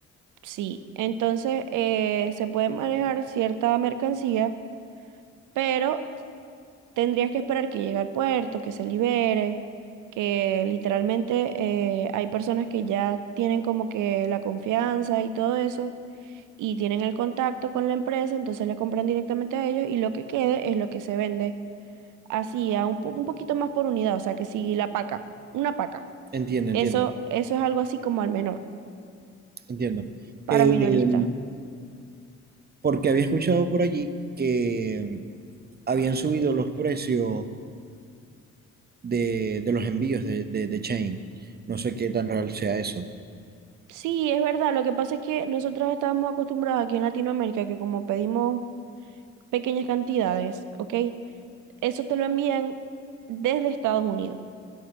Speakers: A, on the right (about 80°); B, on the right (about 30°).
A: Sí. Entonces, eh, se puede manejar cierta mercancía, pero tendrías que esperar que llegue al puerto, que se libere, que literalmente eh, hay personas que ya tienen como que la confianza y todo eso. Y tienen el contacto con la empresa, entonces le compran directamente a ellos y lo que quede es lo que se vende así, a un, po- un poquito más por unidad, o sea, que si la paca, una paca,
B: Entiendo,
A: eso,
B: entiendo,
A: eso es algo así como al menor,
B: entiendo.
A: para
B: Eh,
A: minorista.
B: porque había escuchado por allí que habían subido los precios de, de los envíos de, de, de Chain. No sé qué tan real sea eso.
A: Sí, es verdad, lo que pasa es que nosotros estábamos acostumbrados aquí en Latinoamérica que como pedimos pequeñas cantidades, ¿ok? Eso te lo envían desde Estados Unidos,